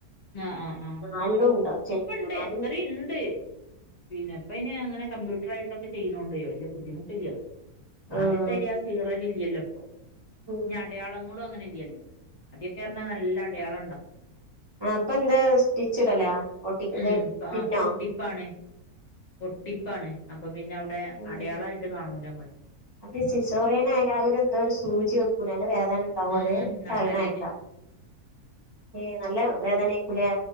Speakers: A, on the left; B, on the right.
A: ആഹ് ആഹ്
B: നാല്ലണണം ഉണ്ടോ ചെയ്യും
A: ഇപ്പ ഇണ്ട്
B: നാലും
A: എത്രണ്ട് പിന്നെ ഇപ്പ ഇനി അങ്ങനെ കമ്പ്യൂട്ടർ ആട്ടൊക്കെ ചെയ്യതോണ്ടേോ വലിയ ബുദ്ധിമുട്ടില്ലോ ആദ്യത്തെ
B: ആഹ്
A: മാതിരി ആ കീറൽ റൽ ഇല്ലല്ലോ ഇപ്പൊ
B: ഉം
A: അടയാളങ്ങളും അങ്ങനെ ഇല്ലല്ലോ ആദ്യൊക്കെ പറഞ്ഞാൽ നല്ല അടയാളം ഉണ്ടാവും
B: ആ അപ്പ എന്താ സ്റ്റിച്ച് ഇടലോ ഒട്ടിക്കുത്
A: ഉം
B: പിന്നോ
A: പൊട്ടിപ്പാണ് ഒട്ടിപ്പാണ് അപ്പൊ പിന്നെ അവിടെ
B: ഉം
A: അടയാളയിട്ട് കാണൂല നമ്മള്
B: അത് സിസോറിയൻയയാല് ഒരു എന്തോ ഒരു സൂചി വെക്കൂല അല്ല വേദന ഉണ്ടാവും
A: ഉം
B: അത്
A: ഉം നട്ടെല്ലിന്
B: പറയണയകേക്കാം ഏ നല്ല വേദനയ്ക്കൂലോ